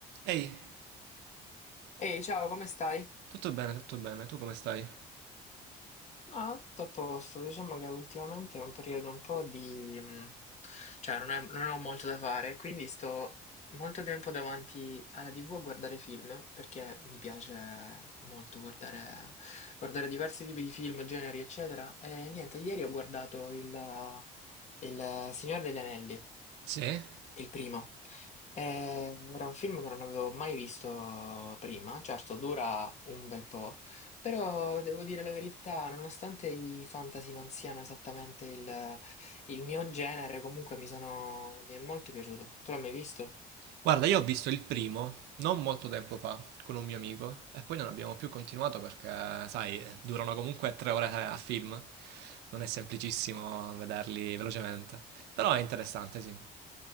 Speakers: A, on the right; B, on the left.
A: Ehi,
B: Ehi, ciao, come stai?
A: tutto bene, tutto bene, tu come stai?
B: Ma tutto a posto, diciamo che ultimamente è un periodo un po' di... mh, cioè non, è- non ho molto da fare, quindi sto molto tempo davanti alla TV a guardare film, perché mi piace molto guardare, guardare diversi tipi di film, generi, eccetera. E niente, ieri ho guardato il, il Signore degli Anelli,
A: Sì?
B: il primo. Eh, Era un film che non avevo mai visto prima, certo dura un bel po', però devo dire la verità, nonostante i fantasy non siano esattamente il, il mio genere, comunque mi sono, mi è molto piaciuto. Tu l'hai mai visto?
A: Guarda, io ho visto il primo non molto tempo fa con un mio amico e poi non abbiamo più continuato perché, sai, durano comunque tre ore a film, non è semplicissimo vederli velocemente, però è interessante, sì.